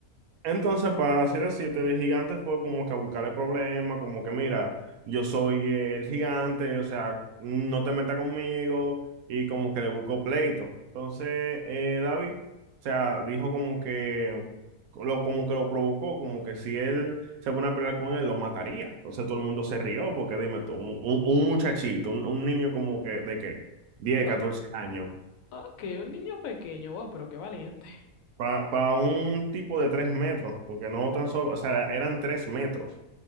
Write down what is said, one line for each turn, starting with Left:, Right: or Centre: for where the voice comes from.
Right: Entonces, para así decirte, el gigante fue como que a buscarle problemas, como que mira, yo soy el gigante, o sea, no te metas conmigo, y como que le buscó pleito. Entonces, eh, David, o sea, dijo como que lo, como que lo provocó, como que si él se pone a pelear con él, lo mataría. Entonces todo el mundo se rió, porque dime tú, un, un- un muchachito, un, un niño como que de qué, 10,
Left: <laughs>
Right: 14 años.
Left: Ok, un niño pequeño, wow, pero qué valiente.
Right: Para un tipo de tres metros, porque no tan solo, o sea, eran tres metros.